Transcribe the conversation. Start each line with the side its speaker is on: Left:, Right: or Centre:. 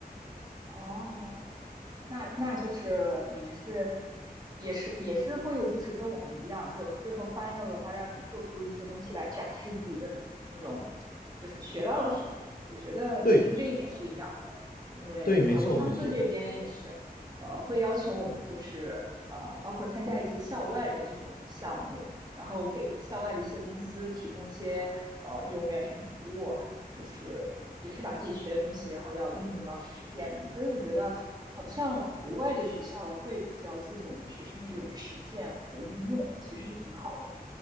Right: 哦，那那就是你们是也是也是会就是跟我们一样，就最后 final 的话，让你做出一些东西来展示自己的那种，就是学到了什么。我觉得其实这一点是一样的，
Left: 对
Right: 因为法国商科这边也是，
Left: 对，没错没错，
Right: 呃，会要求我们就是呃，包括参加一些校外的这种项目，然后给校外的一些公司提供一些呃这种远程服务，就是也是把自己学的东西，然后要应用到实践里。所以我觉得好像国外的学校会比较注重学生的这种实践和应用，其实是挺好的。